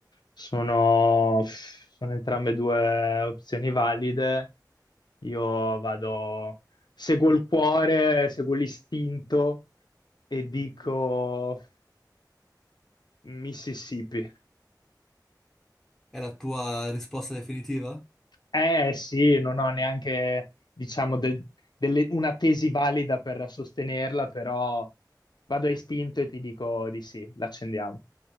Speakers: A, on the left; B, in the centre.
A: Sono, sono entrambe due opzioni valide. Io vado, seguo il cuore, seguo l'istinto e dico Mississippi.
B: È la tua risposta definitiva?
A: Eh sì, non ho neanche, diciamo, de- delle- una tesi valida per sostenerla, però vado a istinto e ti dico di sì, l'accendiamo.